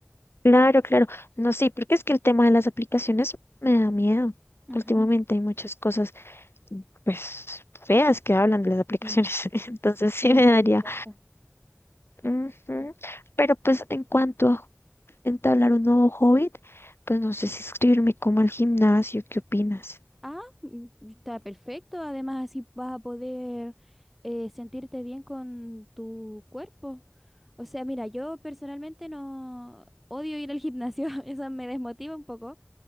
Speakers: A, on the left; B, in the centre.
A: Claro, claro. No sé, porque es que el tema de las aplicaciones me da miedo.
B: Ujú,
A: Últimamente hay muchas cosas pues feas que hablan de las aplicaciones,
B: Sí,
A: <laughs> entonces
B: sí,
A: sí
B: es
A: me
B: peligroso.
A: daría. Ujú, Pero pues en cuanto a entablar un nuevo hobby, pues no sé si inscribirme como al gimnasio, ¿qué opinas?
B: Ah, mm, mm, está perfecto, además así vas a poder eh, sentirte bien con tu cuerpo. O sea, mira, yo personalmente no odio ir al gimnasio, <laughs> eso me desmotiva un poco.